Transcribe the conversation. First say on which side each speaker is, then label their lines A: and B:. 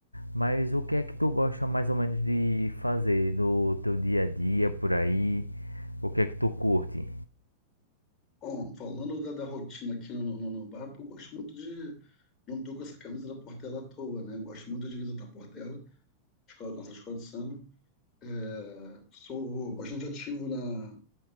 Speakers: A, on the left; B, on the left.
A: Mas o que é que tu gosta mais ou menos de fazer no teu dia a dia por aí? O que é que tu curte?
B: Bom, falando da, da rotina aqui no, no, no bar, eu gosto muito de. Não estou com essa camisa da Portela à toa, né? Gosto muito de visitar a Portela, escola, nossa escola de samba. É, sou bastante ativo na,